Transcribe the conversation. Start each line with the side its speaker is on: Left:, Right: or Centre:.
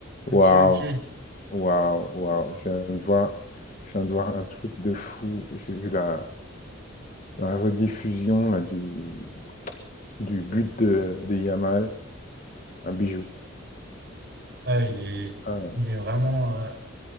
Right: OK,
Left: Waouh,
Right: OK.
Left: waouh, waouh. Je viens de voir, je viens de voir un truc de fou. J'ai vu la, la rediffusion là, du, du but de, de Yamal, un bijou.
Right: Ah, il est,
Left: Un-
Right: il est vraiment, euh,